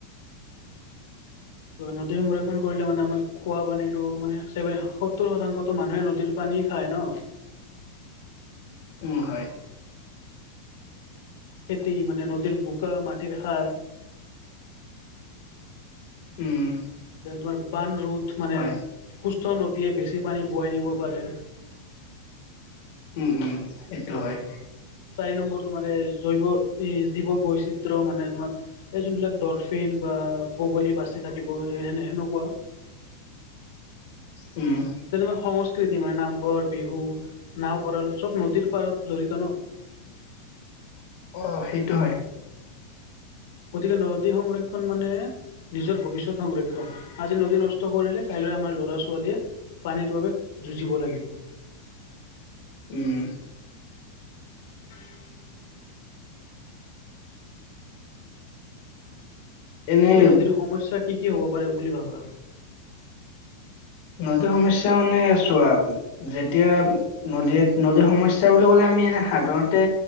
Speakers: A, on the left; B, on the left.
A: চোৱা, নদী সংৰক্ষণ কৰিলে মানে আমাৰ খোৱা পানীটো মানে চেভেন সত্তৰ শতাংশতো মানুহে নদীৰ পানী খাই ন?
B: উম, হয়।
A: খেতি মানে নদীৰ বোকা মাটিৰ সাৰ-
B: উম।
A: যে তোমাৰ বান ৰোধ, মানে
B: হয়
A: সুস্থ নদীয়ে বেছি পানী বোৱাই নিব পাৰে।
B: উম, উম সেইটো হয়।
A: চাৰি নম্বৰটো মানে জৈৱ জীৱ বৈচিত্ৰ্য। মানে তোমাৰ এই যোনবিলাক ডলফিন বা বগলী বাচি থাকিব সেনে সেনেকুৱা।
B: উম।
A: যে তোমাৰ সংস্কৃতি মানে নামঘৰ বিহু নাও ভঁৰাল চব নদীৰ পাৰত জড়িত ন'।
B: অ' সেইটো হয়।
A: গতিকে নদী সংৰক্ষণ মানে নিজৰ ভৱিষ্যত সংৰক্ষণ, আজি নদী নষ্ট কৰিলে কাইলৈ আমাৰ লৰা ছোৱালীয়ে পানীৰ বাবে যুঁজিব লাগিব।
B: উম।
A: <unintelligible>
B: এনেই
A: তুমি নদীৰ সমস্যা কি কি হ'ব পাৰে বুলি ভাবা?
B: নদীৰ সমস্যা মানে চোৱা যেতিয়া নদীয়ে, নদীৰ সমস্যা বুলি ক'লে আমি এনে সাধাৰণতে